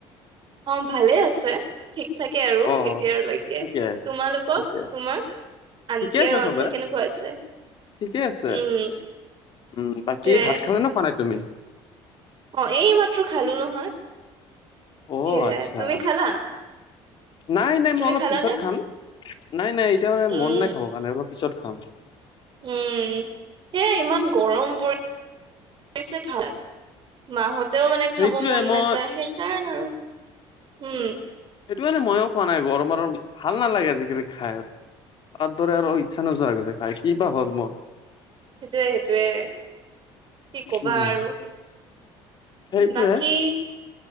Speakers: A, on the right; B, on the left.
A: অঁ ভালে আছে। ঠিক থাকে আৰু
B: অ
A: এতিয়ালৈকে।
B: ঠিকে
A: তোমালোকৰ,
B: ঠিকে
A: তোমাৰ? আনটি
B: ঠিকে আছে
A: আৰু অংকাল,
B: চবে
A: কেনেকুৱা আছে?
B: ঠিকে আছে
A: উম।
B: উম,
A: সেইটোয়ে
B: বাকী ভাত খালে না, খোৱা নাই তুমি?
A: অঁ এই মাত্ৰ খালো নহয়,
B: অ',
A: হেৰি
B: আচ্ছা
A: আ তুমি খালা?
B: নাই নাই,
A: তুমি
B: মই অলপ
A: খালানে
B: পিছত খাম। নাই নাই, এতিয়া মানে
A: উম
B: মন নাই খাব কাৰণে, অলপ পিছত খাম।
A: উম, সেইয়া ইমান গৰম পৰিছে খালে মাহতেও মানে
B: সেইটোয়ে
A: খাব মন
B: মই
A: নাযায়, সেইকাৰণ আৰু, হম।
B: সেইটো কাৰানে ময়ো খোৱা নাই। গৰম আৰু, ভাল নালাগে আজিকালি খায়। আগাৰ দৰে আৰু, ইচ্ছা নোযোৱা হৈ গৈছে খায়, কি বা হ'ল।
A: সেইটোৱে সেইটোৱে, কি কবা
B: উম,
A: আৰু।
B: সেইটোয়ে
A: বাকী,